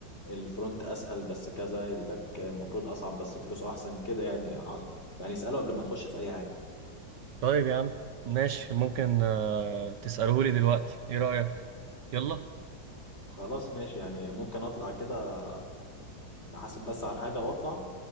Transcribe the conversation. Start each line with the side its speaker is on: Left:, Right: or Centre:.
Left: الفرونت اسهل بس كذا الباك المفروض اصعب بس فلوسه احسن كده يعني ع- يعني اسأله قبل ما تخش في اي حاجة
Right: طيب يا عم ماشي ممكن آه، تسألهولي دلوقتي ايه رأيك يلا
Left: خلاص ماشي يعني ممكن اطلع كده نحاسب بس على الحاجة واطلع